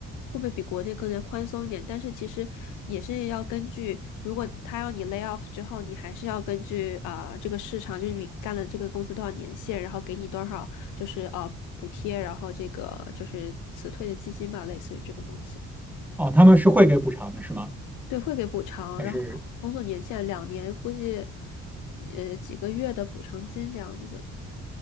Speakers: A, on the left; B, in the centre.
A: 会不会比国内更加宽松一点，但是其实也是要根据，如果他要你 lay off 之后，你还是要根据啊、这个市场，就是你干了这个公司多少年限，然后给你多少。就是呃补贴，然后这个就是辞退的基金吧，类似于这种东西。
B: 哦，他们是会给补偿的，是吗？
A: 对，会给补偿，
B: 还是？
A: 然后工作年限两年，估计呃几个月的补偿金这样子。